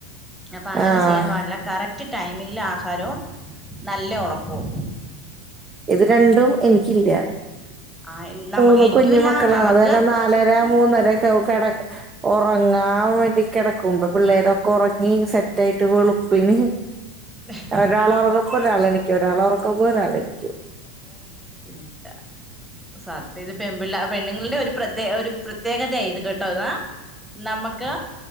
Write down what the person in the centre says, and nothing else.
അപ്പൊ അങ്ങനെ
ചെയ്യാൻ പാടില്ല കറക്റ്റ് ടൈമിങ്ങിൽ ആഹാരവും നല്ല ഉറക്കവും
ആ നമ്മ
എനിക്കും
ഇല്ല
നമുക്ക്
ഹെ
ഇതാ സത്യം ഇത് പെൺപിള്ള പെണ്ണുങ്ങളുടെ ഒരു പ്രദേ ഒരു പ്രത്യേകത ഇത് കേട്ടോത നമുക്ക്